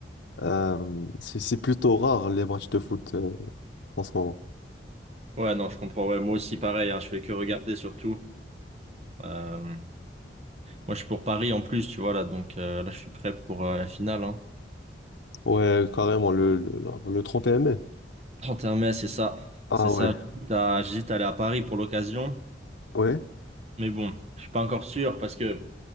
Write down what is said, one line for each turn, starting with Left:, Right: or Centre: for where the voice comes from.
Left: euh, c'est c'est plutôt rare les matchs de foot euh, en ce moment.
Right: Ouais, non, je comprends. Ouais, moi aussi, pareil. hein, je fais que regarder, surtout. Euh, moi, je suis pour Paris, en plus, tu vois, là. Donc, euh, là, je suis prêt pour euh, la finale. hein.
Left: Ouais, carrément, le, le, la- le 31 mai.
Right: 31 mai, c'est ça.
Left: Ah
Right: C'est
Left: ouais,
Right: ça. J'hésite à j'hésite à aller à Paris pour l'occasion.
Left: ouais,
Right: Mais bon, je suis pas encore sûr parce que...